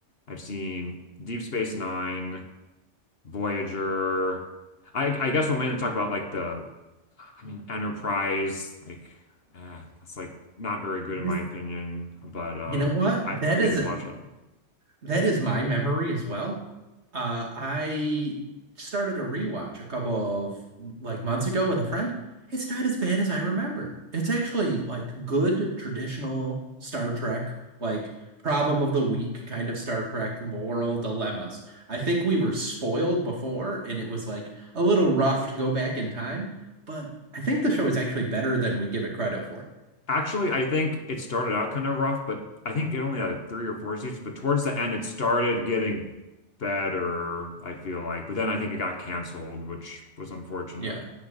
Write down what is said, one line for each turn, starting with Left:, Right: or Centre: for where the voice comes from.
Left: I've seen Deep Space Nine, Voyager. I I guess we'll mainly talk about like the I mean Enterprise, like eh, that's like not very good
Right: Because
Left: in my opinion, but uh
Right: you know what?
Left: I
Right: That
Left: I
Right: is
Left: did watch that.
Right: That is my memory as well. Uh, I started a rewatch a couple of like months ago with a friend. It's not as bad as I remember. It's actually like good traditional Star Trek, like problem of the week kind of Star Trek moral dilemmas. I think we were spoiled before and it was like a little rough to go back in time, but I think the show is actually better than we give it credit for.
Left: Actually, I think it started out kind of rough, but I think it only had three or four seasons. But towards the end, it started getting better, I feel like. But then I think it got canceled, which was unfortunate.
Right: Yeah.